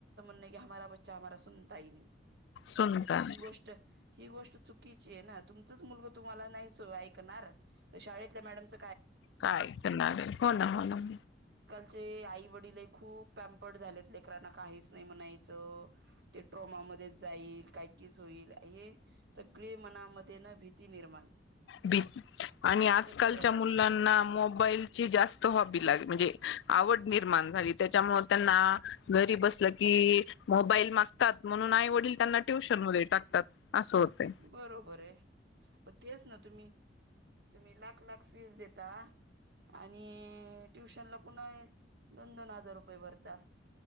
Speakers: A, on the right (about 65°); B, on the left (about 70°).
A: नाही हमारा <inaudible> ही नाही ह
B: सुनता नाही
A: ही गोष्ट ही गोष्ट चुकीची आहे ना तुम तुमला मुल तुम्हाला सु नाही ऐकणार तर शाळेतल्या मॅडमच
B: काय करणार हो ना हो ना.
A: चे आई वडील आहेत खूप पॅम्पर्ड झालेत लेकरांना काहीच नाही म्हणा येत. च ट्रोमामध्ये जाईल कीस होईल हे सगळे मनामध्ये न भीती निर्माण
B: बी आणि आजकालच्या
A: सगळ्याच
B: मुलांना
A: गोष्टीची
B: मोबाईलची जास्त, हॉबी लाग म्हणजे आवड निर्माण झाली त्याच्यामुळे त्यांना घरी बसलं की, मोबाईल मागतात, म्हणून आई वडील त्यांना ट्युशन म टाकतात. असं होतंय
A: बरोबर आहे पण तेच न तुम्ही तुम्ही लाख लाख फीज देता आणि ट्युशनला पुन्हा दोन दोन हजार रुपये भरता.